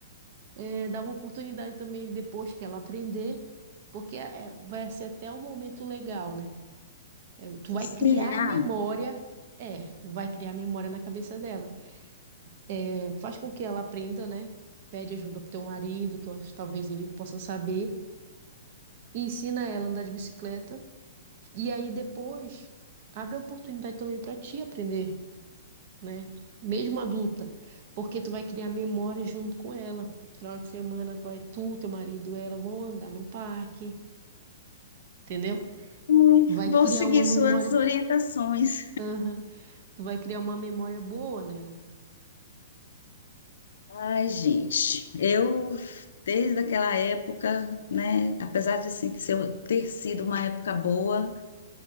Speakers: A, on the right (about 40°); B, on the left (about 80°).
A: eh, dava oportunidade também depois que ela aprender, porque eh, vai ser até um momento legal, né? Eh, tu vai
B: Será?
A: criar memória, é, vai criar memória na cabeça dela. Eh, faz com que ela aprenda, né? Pede ajuda pro teu marido, que eu acho que talvez ele possa saber. e ensina ela a andar de bicicleta. E aí depois abre a oportunidade também para ti aprender, né? Mesmo adulta, porque tu vai criar memórias junto com ela. Final de semana vai tu, teu marido, ela vão andar no parque, entendeu?
B: Ai,
A: Vai
B: vou
A: criar
B: seguir
A: uma memória,
B: suas orientações.
A: aham, Tu vai criar uma memória boa nela.
B: Ai, gente, eu desde aquela época, né, apesar de assim, ser- ter sido uma época boa,